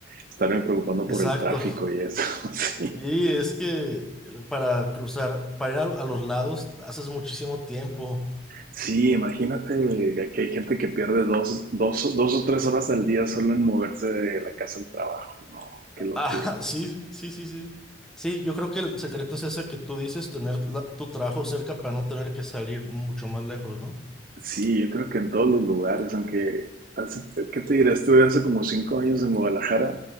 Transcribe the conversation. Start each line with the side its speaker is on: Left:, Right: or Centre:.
Right: estarme preocupando
Centre: Exacto.
Right: por el tráfico y eso, <laughs> sí.
Centre: Sí, es que eh, para cruzar, para ir a, a los lados, haces muchísimo tiempo.
Right: Sí, imagínate que hay gente que pierde dos, dos, dos o tres horas al día solo en moverse de la casa al trabajo. No, qué locura.
Centre: Ah, <laughs> sí, sí, sí, sí. Sí, yo creo que el secreto es ese que tú dices, tener la- tu trabajo cerca para no tener que salir mucho más lejos, ¿no?
Right: Sí, yo creo que en todos los lugares, aunque, hace- ¿qué te diré? Estuve hace como cinco años en Guadalajara